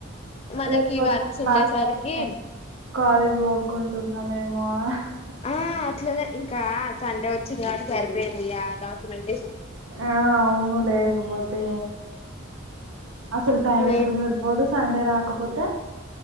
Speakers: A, on the left; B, on the right.
A: మనకి
B: లేకపోతే
A: వర్క్స్ ఉండేసరికి
B: మనమే కాలేజ్ వర్క్ ఉంటున్నా మేము మా హ
A: ఆ అట్లనే ఇంకా సండే వచ్ వచ్చింది కాబ్బటి సరిపోయింది యా డాక్యుమెంట్
B: ఆ అవును లేకపోతే అసలు టైం
A: లే
B: ఎక్కడ సరిపోదు సండే రాకపోతే